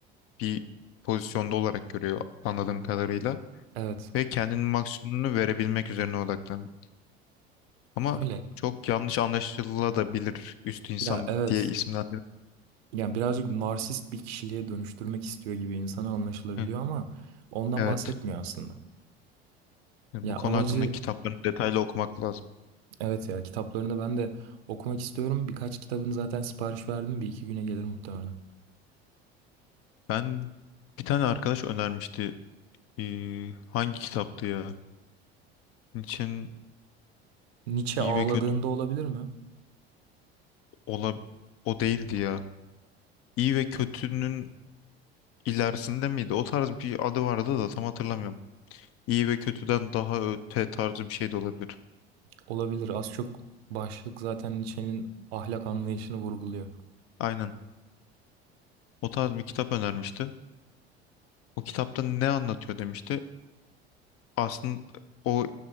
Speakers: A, on the left; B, on the right.
A: bir pozisyonda olarak görüyor anladığım kadarıyla
B: Evet,
A: ve kendinin maksimumunu verebilmek üzerine odaklanıyor. Ama
B: öyle.
A: çok yanlış anlaşılabilir üst insan
B: Ya evet.
A: diye isimlendir.
B: Yani birazcık narsist bir kişiliğe dönüştürmek istiyor gibi insana anlaşılabiliyor
A: Hı,
B: ama ondan
A: Evet.
B: bahsetmiyor aslında.
A: Yani
B: Ya
A: bu konu
B: amacı
A: hakkında kitaplarını detaylı okumak lazım.
B: Evet ya kitaplarını ben de okumak istiyorum. Birkaç kitabını zaten sipariş verdim. Bir iki güne gelir muhtemelen.
A: Ben bir tane arkadaş önermişti. Ee, hangi kitaptı ya? Nietzsche'nin
B: Nietzsche
A: iyi
B: ağladığında
A: ve kötü
B: olabilir mi?
A: ola o değildi ya. İyi ve kötünün ilerisinde miydi? O tarz bir adı vardı da tam hatırlamıyorum. İyi ve kötüden daha öte tarzı bir şey de olabilir.
B: Olabilir. Az çok başlık zaten Nietzsche'nin ahlak anlayışını vurguluyor.
A: Aynen. O tarz bir kitap önermişti. O kitapta ne anlatıyor demişti. Aslında o